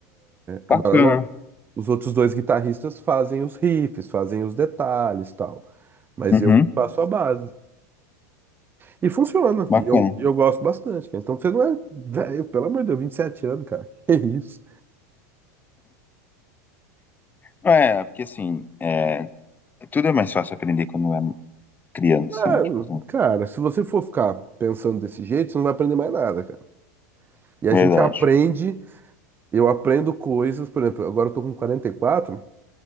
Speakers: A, on the right; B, on the left.
A: Agora,
B: Bacana.
A: lógico, os outros dois guitarristas fazem os riffs, fazem os detalhes e tal. Mas
B: Uhum.
A: eu que faço a base. E funciona.
B: Bacana.
A: E eu, e eu gosto bastante, cara. Então você não é velho, pelo amor de Deus, 27 anos, cara. <laughs> Que isso?
B: É, porque assim, é, tudo é mais fácil aprender quando é criança,
A: Ah,
B: né? Tipo assim,
A: cara, se você for ficar pensando desse jeito, você não vai aprender mais nada, cara. E a
B: verdade.
A: gente aprende, eu aprendo coisas, por exemplo, agora eu tô com 44.